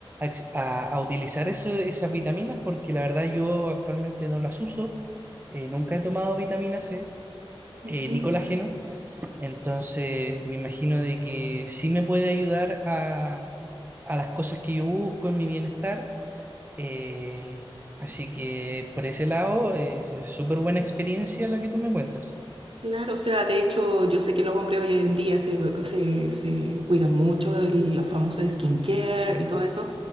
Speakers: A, on the right; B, on the right.
A: ex- a- a utilizar eso- esas vitaminas porque la verdad yo actualmente no las uso, eh, nunca he tomado vitamina C,
B: ujú.
A: eh, ni colágeno. Entonces, me imagino de que sí me puede ayudar a, a las cosas que yo busco en mi bienestar. eh, así que por ese lado, eh, súper buena experiencia la que tú me cuentas.
B: Claro, o sea, de hecho, yo sé que los hombres hoy en día se, se, se cuidan mucho, el- los famosos skincare y todo eso,